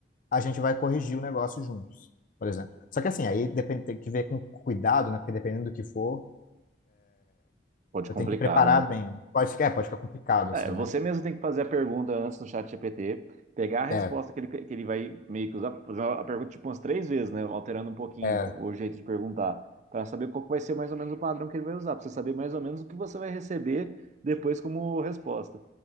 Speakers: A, on the left; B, on the right.
A: a gente vai corrigir o negócio juntos, por exemplo. Só que assim, aí depende, tem que ver com cuidado, né? Porque dependendo do que for,
B: Pode
A: Eu
B: complicar,
A: tenho que preparar
B: né?
A: bem. Pode ficar, é, pode ficar complicado,
B: É,
A: assim,
B: você
A: né?
B: mesmo tem que fazer a pergunta antes no chat GPT, pegar a resposta
A: É,
B: que ele, que ele vai meio que usar, fazer a pergunta tipo umas três vezes, né? Alterando um pouquinho
A: é,
B: o jeito de perguntar, para saber qual que vai ser mais ou menos o padrão que ele vai usar, para você saber mais ou menos o que você vai receber depois como resposta.